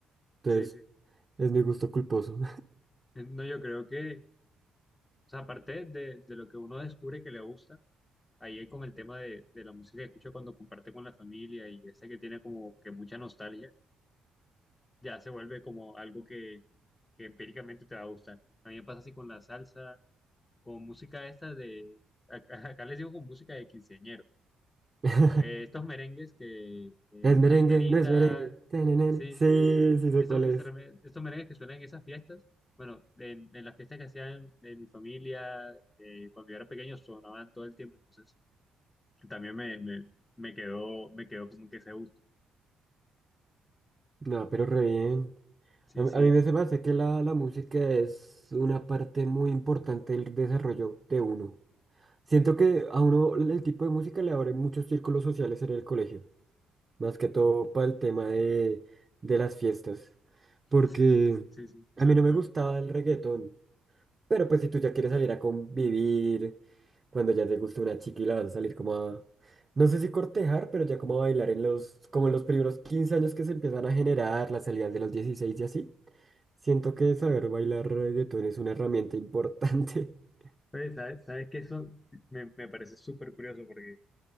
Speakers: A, on the right (about 30°); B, on the left (about 20°).
A: Entonces,
B: Sí, sí.
A: es mi gusto culposo.
B: No, yo creo que, o sea, aparte de, de lo que uno descubre que le gusta, ahí hay con el tema de, de la música que escucha cuando comparte con la familia y esa que tiene como que mucha nostalgia ya se vuelve como algo que, que empíricamente te va a gustar. A mí me pasa así con la salsa, con música esta de, acá, <laughs> acá les digo con música de quinceañero.
A: <laughs>
B: Eh, estos merengues que, eh,
A: Es merengue,
B: la ventanita,
A: no es merengue. Tenenene.
B: sí,
A: Sí, sí sé
B: estos,
A: cuál es.
B: estos merengues que suenan en esas fiestas, bueno, en, en las fiestas que hacían en mi familia, eh, cuando yo era pequeño, sonaban todo el tiempo, entonces también me, me, me quedó, me quedó como que ese gusto.
A: No, pero re bien.
B: Sí,
A: A, a
B: sí,
A: mí me se me hace que la, la música es una parte muy importante del desarrollo de uno. Siento que a uno el tipo de música le abre muchos círculos sociales en el colegio. más que todo para el tema de, de las fiestas,
B: <laughs>
A: porque
B: sí, sí, sí,
A: a
B: sobre
A: mí no me
B: todo.
A: gustaba el reggaetón, pero pues si tú ya quieres salir a convivir, cuando ya te gusta una chica y la vas a salir como a, no sé si cortejar, pero ya como a bailar en los, como en los primeros 15 años que se empiezan a generar, las salidas de los 16 y así, siento que saber bailar reggaetón es una herramienta importante. <laughs>
B: Oye, ¿sabes, sabes que eso me, me parece súper curioso porque